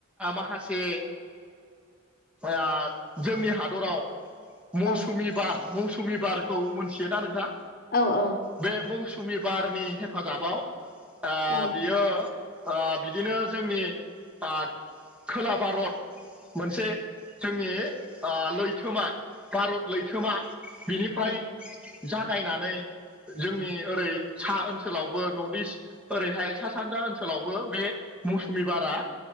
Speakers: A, in the centre; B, on the left.
A: माखासे आ जोंनि हादराव मौसुमि
B: औ
A: बार मौसुमि बारखौ मोनथियोना नोंथां?
B: औ औ।
A: बे मौसुमि बारनि हेफाजाबाव ओ
B: ओं
A: बियो ओ बिदिनो जोंनि ओ खोला भारत मोनसे जोंनि आ लैथोमा भारत लैथोमा बिनिफ्राय
B: औ
A: जागायनानै जोंनि ओरै सा ओनसोलावबो नर्थ इस्ट ओरैहाय सा सानजा ओनसोलावबो बे मौसुमि बारा